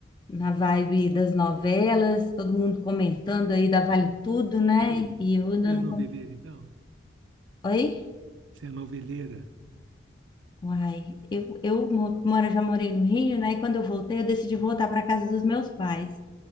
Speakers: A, on the left; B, on the right.
A: na vibe das novelas, todo mundo comentando aí da Vale Tudo, né? E eu ainda
B: Você é
A: não.
B: noveleira, então?
A: Oi?
B: Você é noveleira?
A: Uai, eu, eu mo- mora, já morei no Rio, né? E quando eu voltei, eu decidi voltar para casa dos meus pais.